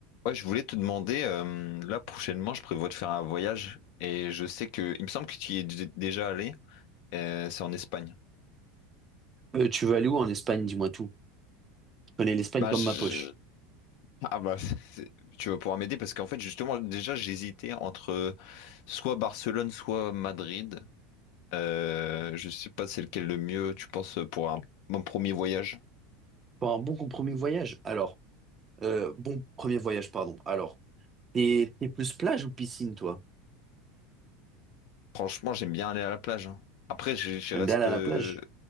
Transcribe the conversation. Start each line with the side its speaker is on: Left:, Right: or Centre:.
Left: Ouais, je voulais te demander, euh, là prochainement, je prévois de faire un voyage et je sais que, il me semble que tu y es d- déjà allé, euh, c'est en Espagne.
Right: Euh, tu veux aller où en Espagne? Dis-moi tout. Je connais l'Espagne
Left: Bah,
Right: comme
Left: je-
Right: ma
Left: je-
Right: poche.
Left: ah bah, <laughs> c'est- tu vas pouvoir m'aider parce qu'en fait, justement, déjà, j'hésitais entre soit Barcelone, soit Madrid. Euh, je sais pas c'est lequel le mieux, tu penses, pour un, mon premier voyage.
Right: Pour un bon premier voyage. Alors, euh, bon premier voyage, pardon. Alors, t'es t'es plus plage ou piscine, toi?
Left: Franchement, j'aime bien aller à la plage. hein. Après, j'y j'y
Right: T'aimes
Left: reste,
Right: bien aller à
Left: euh,
Right: la plage?